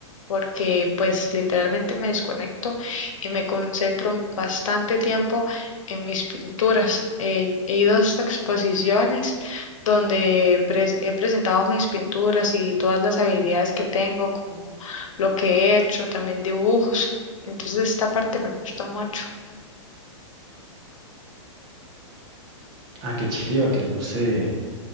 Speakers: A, on the left; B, on the right.
A: porque pues literalmente me desconecto y me concentro bastante tiempo en mis pinturas. Eh, he ido a estas exposiciones donde pres- he presentado mis pinturas y todas las habilidades que tengo, como lo que he hecho, también dibujos. Entonces esta parte me gusta mucho.
B: Ah, qué chiva, que le guste